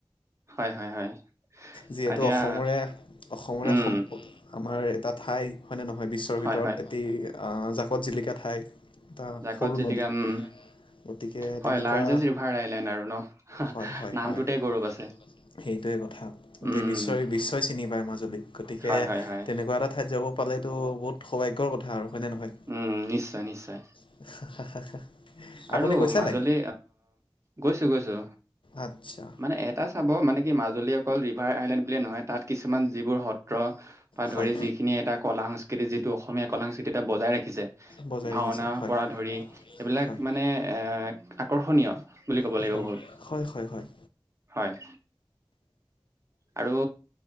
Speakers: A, on the right (about 35°); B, on the left (about 80°).
A: হয় হয় হয়
B: যিহেতু,
A: এতিয়া
B: অসমৰে, অসমৰে
A: উম
B: সম্প আমাৰ এটা ঠাই হয়নে নহয়, বিশ্বৰ ভিতৰত
A: হয় হয়
B: এটি জাকত জিলিকা ঠাই। এটা
A: জাকত
B: সৰু
A: জিলিকা
B: নদী
A: উম
B: গতিকে
A: হয়
B: তেনেকুৱা,
A: লাৰ্জেষ্ট ৰিভাৰ আইলেণ্ড আৰু ন
B: হয়, হয়,
A: নামটোতে
B: হয়, হয়।
A: গৌৰৱ আছে
B: সেইটোৱে কথা, গোটেই
A: উম
B: বিশ্বই, বিশ্বই চিনি পায় মাজুলীক, গতিকে
A: হয় হয় হয়
B: তেনেকুৱা এটা ঠাইত যাব পালেতো, বহুত সৌভাগ্যৰ কথা আৰু হয়নে নহয়?
A: উম, নিশ্চয়, নিশ্চয়।
B: <unintelligible>
A: আৰু
B: আপুনি গৈছে
A: মাজুলী
B: নাই
A: গৈছো গৈছো
B: আচ্ছা
A: মানে এ তাত চাব মানে কি মাজুলী অকল ৰিভাৰ আইলেণ্ড বুলিয়ে নহয় তাত কিছুমান যিবোৰ সত্ৰ বা
B: হয়
A: ধৰি যিখিনি এটা কলা সংস্কৃতি যিটো অসমীয়া কলা সংস্কৃতি এটা বজাই ৰাখি
B: বজাই
A: ভাওনাৰ
B: ৰাখিছে হয়
A: পৰা ধৰি এইবিলাক
B: হয়
A: মানে এ আকৰ্ষণীয় বুলি ক'ব
B: অ
A: লাগিব বহুত
B: হয় হয় হয়
A: হয় আৰু